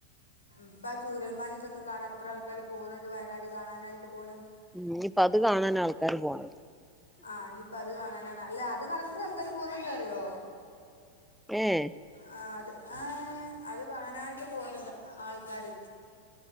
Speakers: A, on the left (about 75°); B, in the centre.
A: ഇപ്പ ആ ചൂരൽമാലി ഇതൊക്കെ കാണാൻ അത്ര ആൾക്കാര് പോകുന്നുണ്ട് വയനാട് കാണാനായിട്ട് പോണ്
B: ഉം ഇപ്പൊ അത് കാണാൻ ആൾക്കാര് പോണം
A: ആഹ് ഇനിയിപ്പ അത് കാണാനാണ് അല്ലെ അത് കാണ അത്ര ആൾക്കാർ പോന്നെന്താറിയോ?
B: ഏഹ്
A: ആ അത് ആഹ് അത് കാണായി വിട്ട് പോന്നുണ്ട് ആൾക്കാര്